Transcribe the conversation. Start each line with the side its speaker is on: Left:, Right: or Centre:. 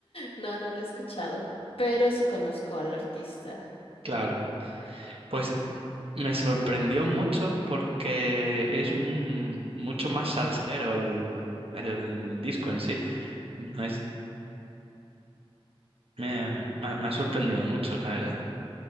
Left: No, no lo he escuchado, pero sí conozco al artista.
Right: Claro. Pues Me sorprendió mucho porque es un- mucho más salsero el, el disco en sí. No es, me, me ha me ha sorprendido mucho, la verdad.